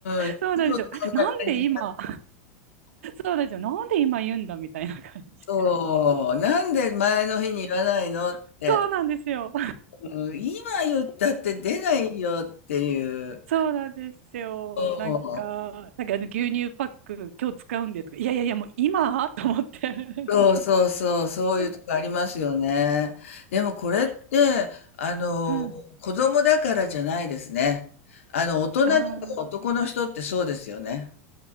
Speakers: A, on the left; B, on the right.
A: ん。いつもそんな感じ。
B: そうなんですよ。なんで今、そうなんですよ。なんで今言うんだみたいな感じで。
A: そう。なんで前の日に言わないのって。
B: そうなんですよ。
A: うん、今言ったって出ないよっていう。
B: そうなんですよ。
A: そう。
B: なんか、なんかあの牛乳パック今日使うんでとか、いやいやいや、もう今と思って。<laughs>
A: そうそうそう、そういうとこありますよね。
B: う
A: でもこれって、あの、
B: ん。
A: 子供だからじゃないですね。あの、大人でも男の人ってそうですよね。
B: ああ、